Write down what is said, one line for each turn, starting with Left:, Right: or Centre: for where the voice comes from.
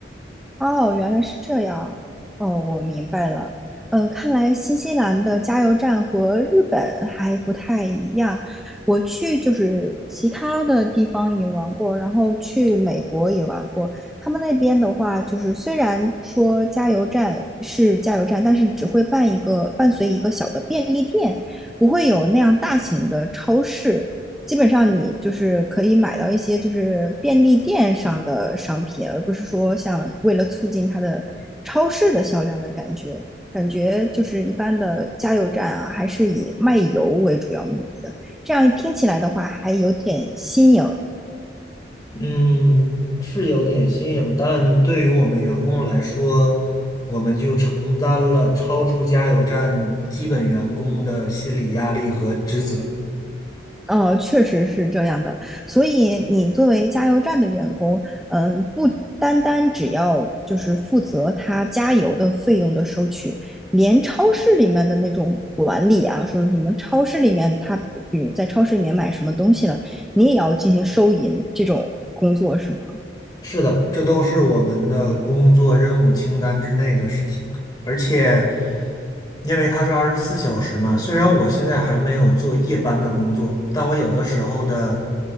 Centre: 哦，原来是这样。哦，我明白了。呃，看来新西兰的加油站和日本还不太一样。我去就是其他的地方也玩过，然后去美国也玩过。他们那边的话，就是虽然说加油站是加油站，但是只会办一个伴随一个小的便利店，不会有那样大型的超市。基本上你就是可以买到一些就是便利店上的商品，而不是说像为了促进它的超市的销量的感觉。感觉就是一般的加油站啊，还是以卖油为主要目的的。这样听起来的话，还有点新颖，
Left: 嗯，是有点新颖，但对于我们员工来说，我们就承担了超出加油站基本员工的心理压力和职责。
Centre: 呃，确实是这样的。所以你作为加油站的员工，嗯，不单单只要就是负责他加油的费用的收取，连超市里面的那种管理啊，说什么超市里面他比如在超市里面买什么东西了，你也要进行收银这种工作是吗？
Left: 是的，这都是我们的工作任务清单之内的事情，而且因为它是二十四小时嘛，虽然我现在还没有做夜班的工作，但我有的时候的